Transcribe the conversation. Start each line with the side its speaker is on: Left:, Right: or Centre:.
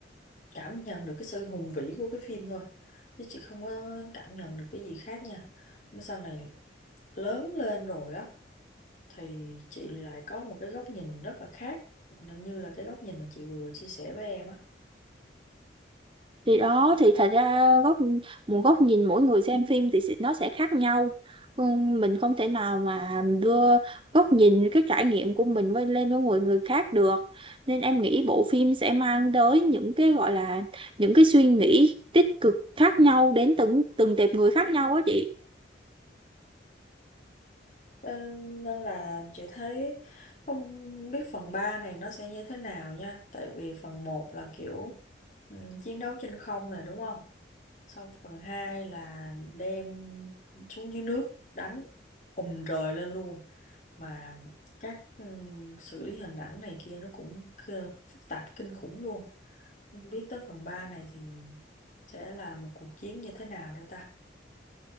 Left: cảm nhận được cái sự hùng vĩ của cái phim thôi chứ chị không có cảm nhận được cái gì khác nha nhưng sau này lớn lên rồi á thì chị lại có một cái góc nhìn rất là khác như là cái góc nhìn mà chị vừa chia sẻ với em á
Right: thì đó thì thật ra góc một góc nhìn mỗi người xem phim thì sẽ- nó sẽ khác nhau Ừ, mình không thể nào mà đưa góc nhìn cái trải nghiệm của mình với lên với người người khác được nên em nghĩ bộ phim sẽ mang tới những cái gọi là những cái suy nghĩ tích cực khác nhau đến từng từng tệp người khác nhau á chị
Left: Ờ, nên là chị thấy không biết phần 3 này nó sẽ như thế nào nha tại vì phần một là kiểu Ừ, chiến đấu trên không nè đúng không? Xong phần 2 là đem xuống dưới nước đánh ùm rời lên luôn mà các ừ, xử lý hình ảnh này kia nó cũng cơ- phức tạp kinh khủng luôn. Không biết tới phần 3 này thì sẽ là một cuộc chiến như thế nào nữa ta.